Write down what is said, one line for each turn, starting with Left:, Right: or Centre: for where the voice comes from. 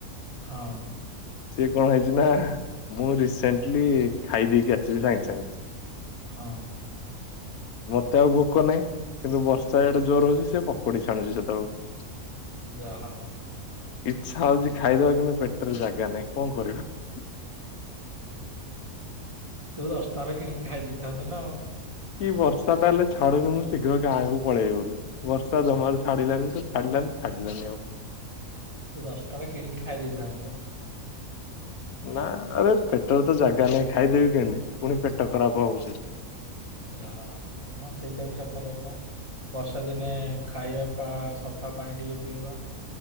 Right: ହଁ ।
Left: ସିଏ କଣ ହେଇଚି ନା ମୁଁ ରିସେଣ୍ଟଲି ଖାଇ ଦେଇକି ଆସିଚି ସାଙ୍ଗେ ସାଙ୍ଗେ।
Right: ହଁ ।
Left: ମତେ ଆଉ ଭୋକ ନାହିଁ କିନ୍ତୁ ବର୍ଷା ଏଡେ ଜୋର ହଉଚି ସିଏ ପକୁଡି ଛାଣୁଚି ସେତବେଳକୁ ।
Right: ଯାହା
Left: ଇଚ୍ଛା ହଉଛି ଖାଇଦେବା କିନ୍ତୁ ପେଟରେ ଜାଗା ନାହିଁ କଣ କରିବା। <inaudible>
Right: ତୁ ଦଶ ଟଙ୍କାରେ କିଣିକି ଖାଇ ଦେଇଥାଆନ୍ତୁ ନା ଆଉ।
Left: କି ବର୍ଷ ବର୍ଷାଟା ହେଲେ ଛାଡୁନି, ମୁଁ ଶୀଘ୍ର ଗାଁକୁ ପଳେଇବି ବୋଲି, ବର୍ଷା ଜମାରୁ ଛାଡ଼ିଲାନି ତ ଛାଡ଼ିଲାନି ଛାଡ଼ିଲାନି ଆଉ। <inaudible>
Right: ଦଶ ଟଙ୍କା କିଣିକି ଖାଇ ଦେଇଥାଆନ୍ତୁ।
Left: ନା ଆରେ ପେଟରେ ତ ଜାଗା ନାହିଁ ଖାଇଦେବି କେମିତି ପୁଣି ପେଟ ଖରାପ ହବ ସେଠି। <inaudible>
Right: ଯା ହଁ ହଁ ସେଇଟା ବି ସତ କଥା। ବର୍ଷା ଦିନେ ଖାଇବା ବା ସଫା ପାଣି ଟିକେ ପିଇବା।